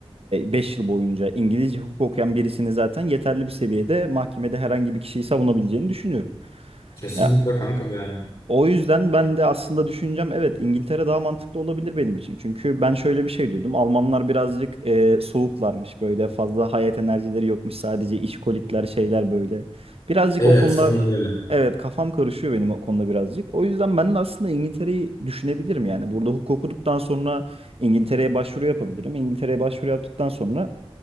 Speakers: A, on the right; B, on the left.
A: 5 yıl boyunca İngilizce hukuk okuyan birisini zaten yeterli bir seviyede mahkemede herhangi bir kişiyi savunabileceğini düşünüyorum.
B: Kesinlikle
A: Ya
B: kanka yani.
A: O yüzden ben de aslında düşüneceğim evet İngiltere daha mantıklı olabilir benim için. Çünkü ben şöyle bir şey duydum. Almanlar birazcık e, soğuklarmış böyle fazla hayat enerjileri yokmuş sadece işkolikler şeyler böyle. Birazcık
B: Evet
A: o konuda
B: onlar öyle.
A: evet kafam karışıyor benim o konuda birazcık. O yüzden ben de aslında İngiltere'yi düşünebilirim yani. Burada hukuk okuduktan sonra İngiltere'ye başvuru yapabilirim. İngiltere'ye başvuru yaptıktan sonra